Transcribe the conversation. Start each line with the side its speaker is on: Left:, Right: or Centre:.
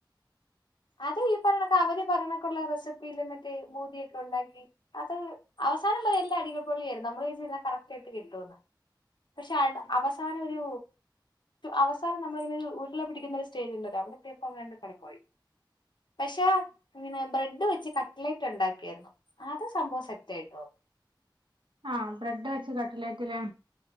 Left: അത് ഈ പറഞ്ഞൊണക്കെ അവര് പറഞ്ഞൊക്കെുള്ള റെസിപ്പിയിലെ മറ്റേ ബൂതിയൊക്കെ ഉണ്ടാക്കി അത് അവസാനം വരെ എല്ലാം അടിക പൊളിയും നമ്മള് വിചാരിച്ചു എല്ലാം കറട് ആയിട്ട് കിട്ടുമെന്ന് പക്ഷെ അവസാനം ഒരു അവസാനം നമ്മളിങ്ങനൊരു ഉരുള പിടിക്കുന്നൊരു സ്റ്റേജ് ഉണ്ടല്ലോ അവിടെ എത്തിയപ്പം എങ്ങാണ്ട് തകർന്നു പോയി പക്ഷെ ഇങ്ങനെ ബ്രെഡ് വെച്ച് കട്ട കട്ലൈറ്റ് ഉണ്ടാക്കിയരുന്നു ആത് സംഭവം സെറ്റായിട്ടോ
Right: ആ ബ്രെഡ് വെച്ച് കടലേറ്റിലെ